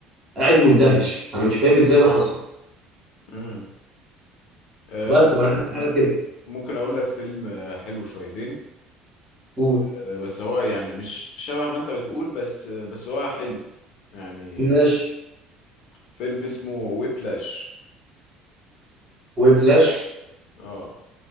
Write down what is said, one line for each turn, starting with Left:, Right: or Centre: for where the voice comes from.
Right: قاعد مندهش انا مش فاهم ازاي ده حصل
Left: امم آه،
Right: بس
Left: ممكن
Right: فانا عايز حاجه كده
Left: ممكن اقول لك فيلم آه، حلو شويتين
Right: قول
Left: آه، بس هو يعني مش شبه ما انت بتقول بس آه، بس هو حلو يعني
Right: ماشي
Left: فيلم اسمه ويبلاش
Right: ويبلاش
Left: اه